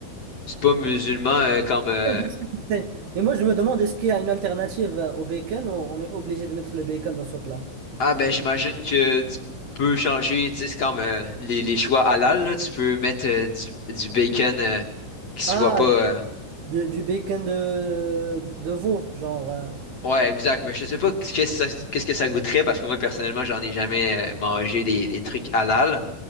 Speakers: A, on the left (about 40°); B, on the right (about 65°).
A: C'est pas musulman euh, comme euh,
B: Ouais, parce que c'est- Mais moi, je me demande, est-ce qu'il y a une alternative euh, au bacon ou on est obligé de mettre le bacon dans ce plat?
A: ah ben j'imagine que tu peux changer, tu sais, c'est comme euh, les, les choix halal là, tu peux mettre euh, du, du bacon euh, qui soit
B: Ah,
A: pas euh,
B: de- du bacon de, de veau, genre. euh,
A: Ouais, exact, mais je sais pas qu'est-ce que ça, qu'est-ce que ça goûterait parce que moi personnellement, j'en ai jamais euh, mangé des, des trucs halal,